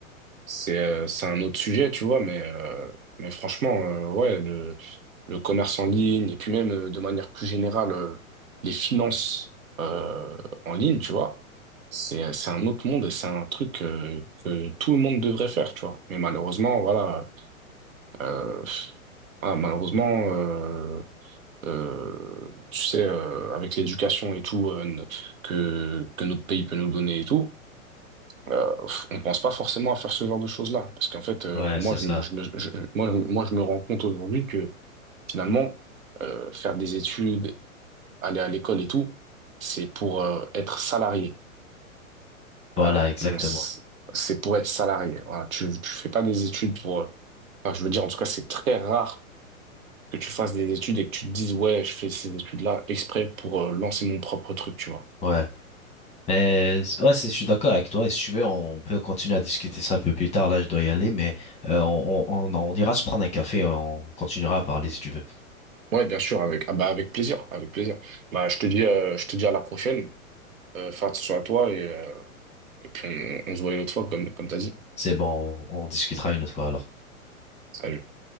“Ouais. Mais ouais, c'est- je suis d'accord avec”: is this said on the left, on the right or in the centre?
Left